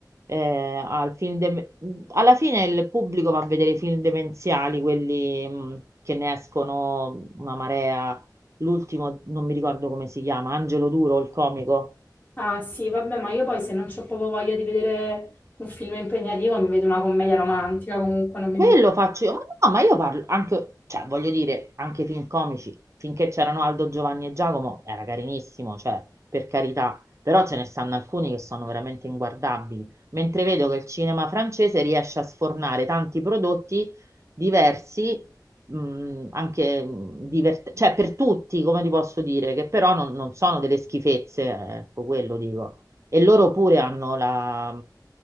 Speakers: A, on the right; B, on the left.
A: eh, al film de- alla fine il pubblico va a vedere i film demenziali, quelli mh, che ne escono una marea. L'ultimo, non mi ricordo come si chiama, Angelo Duro, il comico.
B: Ah sì, vabbè, ma io poi se non ho proprio voglia di vedere un film impegnativo, mi vedo una commedia romantica, comunque non mi
A: E
B: vedo.
A: lo faccio io, ma no, ma io parlo anche, cioè voglio dire, anche i film comici, finché c'erano Aldo, Giovanni e Giacomo, era carinissimo, cioè, per carità, però ce ne stanno alcuni che sono veramente inguardabili, mentre vedo che il cinema francese riesce a sfornare tanti prodotti diversi, mh, anche divertenti, cioè per tutti, come ti posso dire, che però non, non sono delle schifezze, eh, ecco, quello dico. E loro pure hanno la,